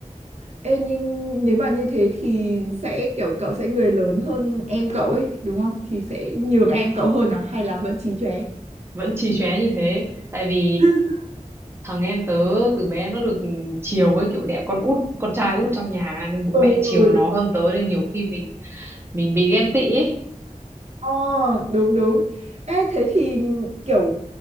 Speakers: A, on the right (about 55°); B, on the right (about 20°).
A: Ê, nhưng nếu mà như thế thì sẽ kiểu cậu sẽ người lớn hơn em cậu ấy, đúng không? Thì sẽ nhường em cậu hơn à hay là vẫn chí chóe?
B: vẫn chì chóe như thế tại vì
A: <laughs>
B: thằng em tớ từ bé nó được chiều ấy kiểu đẻ con út con trai út trong nhà nên bố
A: Ừ,
B: mẹ chiều
A: ừ,
B: nó hơn tớ nên nhiều khi mình mình bị ghen tị ấy
A: Ờ, đúng đúng. Ê, thế thì kiểu